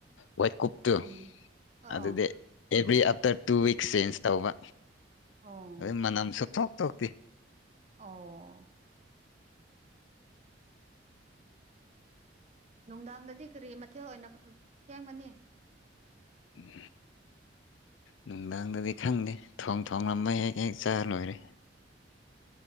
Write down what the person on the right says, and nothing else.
ꯎꯝ ꯑ
ꯑꯣ
ꯑꯣ ꯅꯨꯡꯗꯥꯡꯗꯗꯤ ꯀꯔꯤ ꯃꯊꯦꯜ ꯑꯣꯏꯅ ꯁꯦꯝꯒꯅꯤ